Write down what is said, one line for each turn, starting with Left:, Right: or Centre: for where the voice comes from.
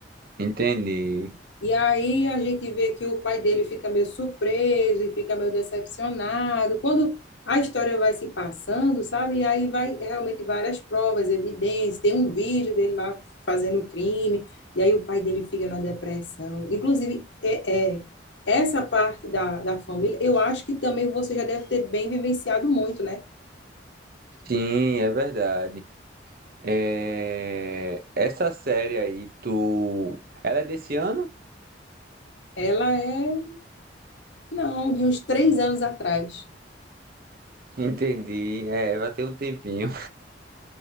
Right: Entendi.
Left: E aí a gente vê que o pai dele fica meio surpreso e fica meio decepcionado. Quando a história vai se passando, sabe? E aí vai realmente várias provas, evidências. Tem um vídeo dele lá fazendo um crime, e aí o pai dele fica na depressão. Inclusive, é, é, essa parte da, da família, eu acho que também você já deve ter bem vivenciado muito, né?
Right: Sim, é verdade. É, Essa série aí, tu. Ela é desse ano?
Left: Ela é, não, de uns três anos atrás.
Right: <laughs> Entendi. É, vai ter um tempinho.